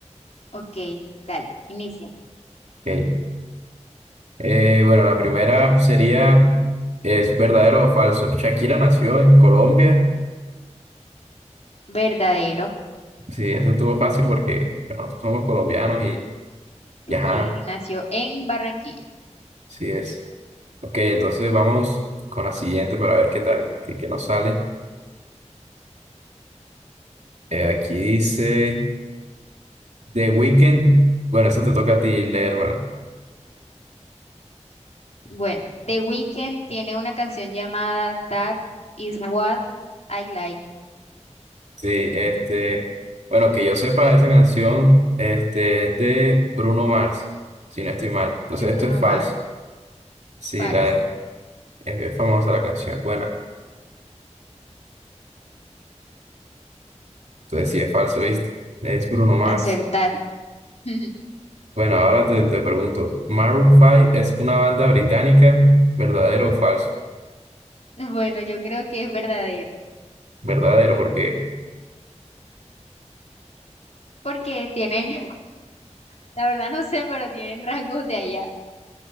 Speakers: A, on the left; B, on the right.
A: Ok, dale, inicia.
B: Ok, Eh, bueno, la primera sería, ¿es verdadero o falso? Shakira nació en Colombia,
A: Verdadero,
B: sí, eso estuvo fácil porque nosotros somos colombianos y, y ajá,
A: sí, nació en Barranquilla.
B: sí es. Ok, entonces vamos con la siguiente para ver qué tal, qué, qué nos sale. Eh, aquí dice The Weeknd. Bueno, esa te toca a ti leérmela.
A: Bueno, The Weeknd tiene una canción llamada That Is What I Like
B: Sí, este, bueno, que yo sepa, esa canción este, es de Bruno Mars, si no estoy mal. Entonces
A: de Bruno
B: esto es falso.
A: Mars.
B: Sí,
A: Falso.
B: la, es, es famosa la canción, es buena. Entonces sí es falso, ¿viste? Es Bruno Mars.
A: Acertar. <laughs>
B: Bueno, ahora te, te pregunto, ¿Maroon 5 es una banda británica? ¿Verdadero o falso?
A: Bueno, yo creo que es verdadero.
B: Verdadero, porque...
A: Porque tienen, <laughs> la verdad no sé, pero tienen rasgos de allá.